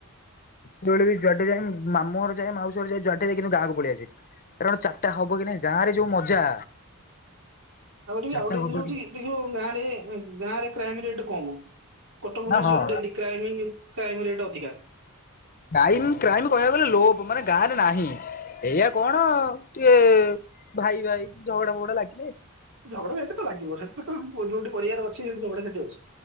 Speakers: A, on the left; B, on the right.
A: ଯେତେବେଳେ ବି ଯୁଆଡେ ଯାଏ ମାମୁଁ ଘର ଯାଏ ମାଉସି ର ଯାଏ ଯୁଆଡେ ଯାଏ କିନ୍ତୁ ଗାଁ କୁ ପଳେଇଆସେ। କାରଣ ଚାରିଟା ହବ କି ନାଇଁ ଗାଁ ରେ ଯୋଉ ମଜା
B: <unintelligible>
A: ଚାରିଟା ହବ କି
B: କଟକ ଭୁବନେଶ୍ୱର
A: ହଁ ହଁ
B: ଡେ଼ଲି କ୍ରାଇଭି କ୍ରାଇମି ରେଟ ଅଧିକା
A: କ୍ରାଇମ କ୍ରାଇମ କହିବାକୁ ଗଲେ ଲୋପ ମାନେ ଗାଁ ରେ ନାହିଁ। ଏଇଆ କଣ ଟିକେ ଭାଇ ଭାଇ ଝଗଡା ଫଗଡା ଲାଗେ
B: ଝଗଡା ଝାଣ୍ଟି ଲାଗିବ ସେଠି ତ ଯୋଉଠି ପରିବାର ଅଛି ସେଠି ଝଗଡାଝାଟି ଅଛି।